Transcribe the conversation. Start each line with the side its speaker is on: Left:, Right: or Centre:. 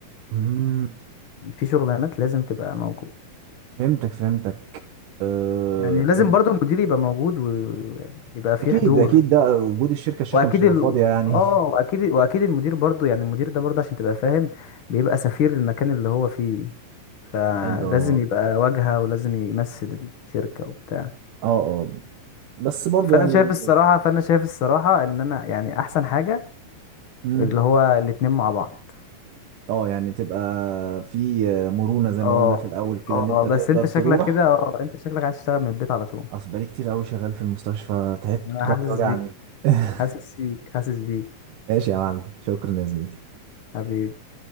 Right: مم.
Left: في شغلانات لازم تبقى موجود
Right: فهمتك فهمتك آه،
Left: يعني لازم
Right: الم-
Left: برضو المدير يبقى موجود ويعني يبقى في
Right: اكيد
Left: حضور
Right: اكيد ده وجود الشركه الشركه
Left: واكيد
Right: مش تبقى
Left: ال...
Right: فاضيه يعني
Left: اه واكيد واكيد المدير برضو يعني المدير ده برضو عشان تبقى فاهم بيبقى سفير المكان اللي هو فيه
Right: <laughs>
Left: فلازم
Right: ايوه
Left: يبقى واجهة ولازم يمثل الشركة وبتاع
Right: اه اه بس برضو
Left: فانا
Right: يعني
Left: شايف الصراحة فانا شايف الصراحة ان انا يعني احسن حاجة
Right: امم
Left: اللي هو الاتنين مع بعض
Right: اه يعني تبقى في مرونة زي
Left: اه
Right: ما قلنا في الأول كده
Left: اه
Right: إن أنت تقدر
Left: بس انت
Right: تروح
Left: شكلك كده اه انت شكلك عايز تشتغل من البيت على طول
Right: أصل بقالي كتير أوي شغال في المستشفى تعبت
Left: انا
Right: ضهري
Left: حاسس
Right: وجعني
Left: بيك
Right: <laughs>
Left: حاسس بيك حاسس بيك
Right: ماشي يا معلم شكرا يا زميلي
Left: حبيبي